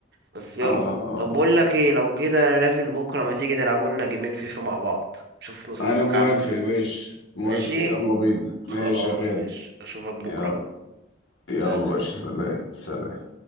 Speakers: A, on the right; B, on the left.
A: بس يلا
B: اه
A: طب بقول لك ايه لو كده انا نازل بكرة ما تيجي نلعبوا لنا جيمين فيفا مع بعض شوف مستواك
B: أنا موافق
A: عامل ازاي
B: يا باشا موافق
A: ماشي
B: يلا بينا
A: خلاص
B: ماشي شغال
A: ماشي اشوفك بكرة
B: يلا
A: بقى سلام
B: يلا باشا سلام سلام